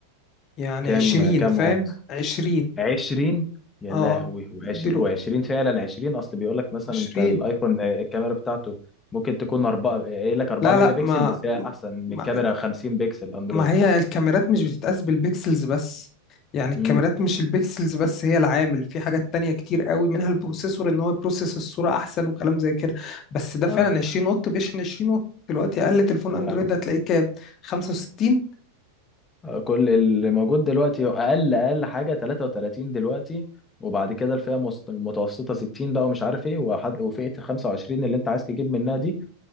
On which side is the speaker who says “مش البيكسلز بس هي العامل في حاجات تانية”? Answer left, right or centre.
Left